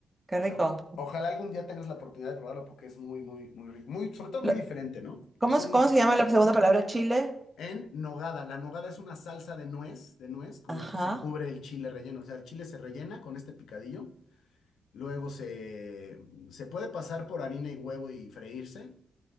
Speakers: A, on the right; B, on the left.
A: qué
B: Pues
A: rico.
B: oja- ojalá algún día tengas la oportunidad de probarlo porque es muy, muy, muy rico, muy, sobre todo
A: Lo-
B: muy diferente, ¿no?
A: ¿Cómo,
B: Es
A: es-
B: un
A: cómo se llama la segunda palabra? Chile.
B: En nogada. La nogada es una salsa de nuez, de nuez, con
A: Ajá.
B: la que se cubre el chile relleno. O sea, el chile se rellena con este picadillo. Luego se, se puede pasar por harina y huevo y freírse.